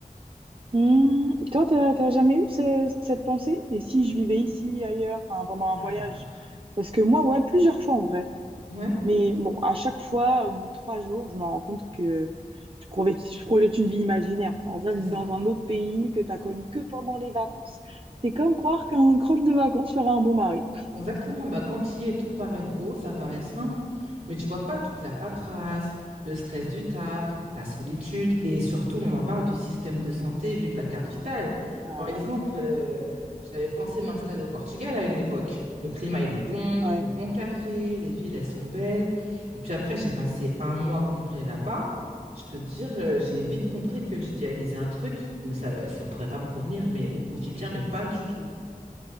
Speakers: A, on the right; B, on the right.
A: Hmm, Toi, t'as t'as jamais eu ce- cette pensée? Et si je vivais ici, ailleurs, enfin pendant un
B: Ah
A: voyage?
B: là
A: Parce que moi, ouais, plusieurs fois en vrai.
B: là. Ouais,
A: Mais bon, à chaque fois, au bout de trois jours, je me rends compte que je projette, je projette une vie imaginaire. En vrai,
B: c'est
A: vivre
B: ça.
A: dans un autre pays que t'as connu que pendant les vacances, c'est comme croire qu'un croche de vacances fera un bon mari.
B: Exactement, bah, quand il est tout paraît beau, ça paraît simple, mais tu vois pas toute la paperasse, le stress du taf, la solitude, et surtout on en parle du système de santé, vive la carte vitale.
A: Ouais,
B: Par exemple, euh, j'avais pensé m'installer au Portugal à une époque. Le climat il est bon,
A: ouais.
B: des bons cafés, les villes elles sont belles, et puis après j'ai passé un mois complet là-bas. Je peux te dire, euh, j'ai vite compris que j'idéalisais un truc, mais ça ça pourrait pas me convenir, mais au quotidien, mais pas du tout.